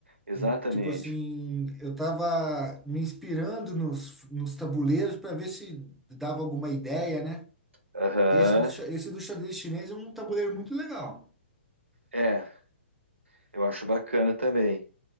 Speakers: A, on the right; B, in the centre.
A: Exatamente.
B: Em- Tipo assim, eu tava me inspirando nos, nos tabuleiros para ver se dava alguma ideia, né?
A: Aham.
B: Esse do, xa- esse do xadrez chinês é um tabuleiro muito legal.
A: É, eu acho bacana também.